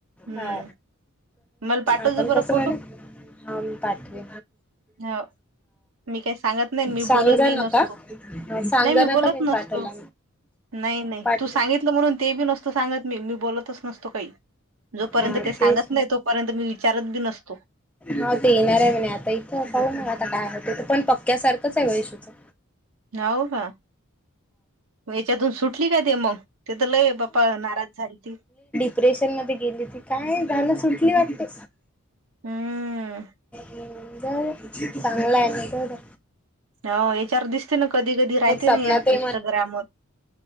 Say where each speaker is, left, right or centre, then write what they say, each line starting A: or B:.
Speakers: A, on the right; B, in the centre.
A: हम्म
B: हा
A: मला पाठवच
B: आता
A: बरं
B: कसं
A: फोटो
B: म्हणे. ह पाठवे
A: हो मी काही सांगत नाही मी
B: सांग
A: बोलतही
B: जा
A: नसतो
B: नका <inaudible> सांगु
A: नाही
B: नका
A: बोलत
B: मी
A: नसतो
B: पाठवला.
A: नाही नाही
B: पाठ
A: तू सांगितलं म्हणून ते बी नसतो सांगत मी मी बोलतच. तो काही जोपर्यंत
B: हा
A: ते सांगत
B: तेच
A: नाही तोपर्यंत मी विचारत बी नसतो.
B: हो देणार आहे म्हणे आता, इथं पाहू ना आता काय होतंय पण पक्क्यासारखंच आहे इशूचं
A: होउ का हेच्यातून सुटली काय ते मग तिथं लयं बाप्पा नाराज झाली ती
B: रेशन मध्ये गेली ती काय झायलं सुटली वाटते.
A: हम्म.
B: हं जाऊदे चांगलं हायं नंतरन
A: ह हेच्यावर दिसते ना कधी कधी राहते
B: मग सपनातही
A: ना या इंस्टाग्रामवर